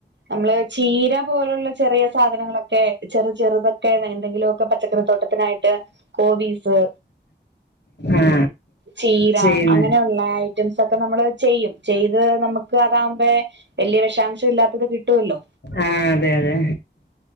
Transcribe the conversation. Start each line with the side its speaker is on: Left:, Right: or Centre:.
Right: അമ്മള് ചീര പോലുള്ള ചെറിയ സാധനങ്ങളൊക്കെ ചെറു ചെറുതൊക്കെ എന്തെങ്കിലും പച്ചക്കറിത്തോട്ടത്തിനായിട്ട് കോവീസ്
Left: ആ
Right: ചീര
Left: ചെയ്യുന്നു
Right: അങ്ങനെള്ളായി ഐറ്റംസ് ഒക്കെ നമ്മള് ചെയ്യും ചെയ്ത് നമുക്ക് അതാകുമ്പ വലിയ വിഷാംശം ഇല്ലാത്തത് കിട്ടുമല്ലോ
Left: ആഹ് അതെ അതെ